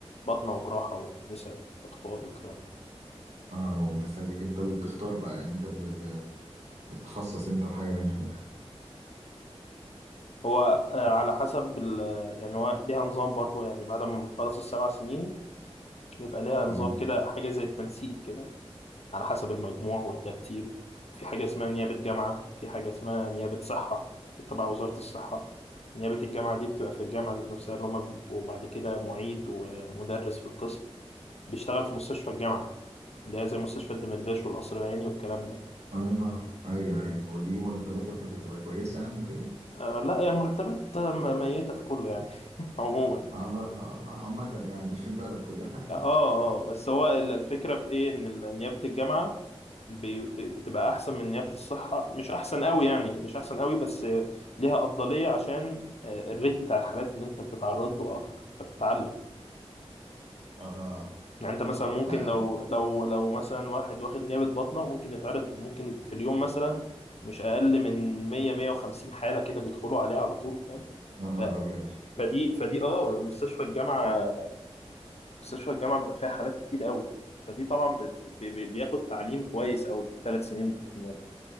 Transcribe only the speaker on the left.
باطنة وجراحة ونساء وأطفال والكلام ده
هو آه على حسب ال يعني هو ليها نظام برضو يعني بعد ما بتخلص السبع سنين بيبقى ليها نظام
كده حاجة زي التنسيق كده على حسب المجموع والترتيب في حاجة اسمها نيابة جامعة في حاجة اسمها نيابة صحة تبع وزارة الصحة نيابة الجامعة دي بتبقى في الجامعة ذات نفسها اللي هما بيبقوا بعد كده معيد ومدرس في القسم بيشتغل في مستشفى الجامعة اللي هي زي مستشفى الدمرداش والقصر العيني والكلام ده
آه لا يعني المرتبات م- ميتة في كله يعني <laughs> عموما
اه
اه بس هو ال- الفكرة في ايه ان ال- نيابة الجامعة بي- بي- بتبقى احسن من نيابة الصحة مش احسن قوي يعني مش احسن قوي بس ليها افضلية عشان آه، الريت بتاع الحالات اللي انت بتتعرض له اكتر فبتتعلم
يعني انت مثلا ممكن
لو لو لو مثلا واحد واخد نيابة بطنة ممكن يتعرض ممكن في اليوم مثلا مش اقل من 100 150 حالة كده بيدخلوا عليها على طول فاهم
ف-
فدي فدي اه مستشفى الجامعة مستشفى الجامعة بيبقى فيها حالات كتير قوي فدي طبعا ب- ب- ب- بياخد تعليم كويس قوي في الثلاث سنين بتوع النيابة.